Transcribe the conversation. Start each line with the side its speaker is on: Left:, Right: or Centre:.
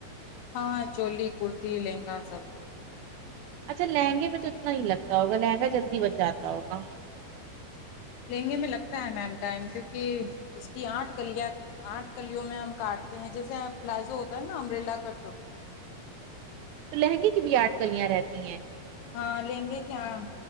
Left: ہاں چولی کورتی لہنگا سب
Right: اچھا لہنگے میں تو اتنا ہی لگتا ہوگا لہنگا جلدی بن جاتا ہوگا
Left: لہنگے میں لگتا ہے میم ٹائم کیوںکہ اس کی آٹھ کلیاں آٹھ کلیوں میں ہم کاٹتے ہیں جیسے پلازو ہوتا ہے نا امبریلا کاٹ
Right: تو لہنگے کی بھی آٹھ کلیاں رہتی ہیں
Left: ہاں لہنگے کی آٹھ